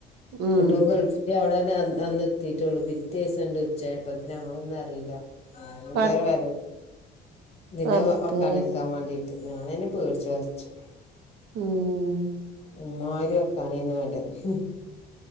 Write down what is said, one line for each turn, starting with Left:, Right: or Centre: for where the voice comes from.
Right: ഉം
Left: <unintelligible> അവിടെന്ന് അന്ന് എത്തിയിട്ടുള്ളൂ പിറ്റേസം ഉണ്ട് ഉച്ചയാപ്പത്തേന് നമ്മളൊന്നറിയില്ല ഭയങ്കരമാരുന്നു
Right: പട്
Left: പിന്നെ
Right: റബ്ബേ
Left: വക്കാനാക്കാൻ വേണ്ടിട്ട് <unintelligible> ഞാനന്നെ പേടിച്ചു വെറച്ചു
Right: ഉം..
Left: ഉ്മാരും ഒക്കണീ നാട് <unintelligible>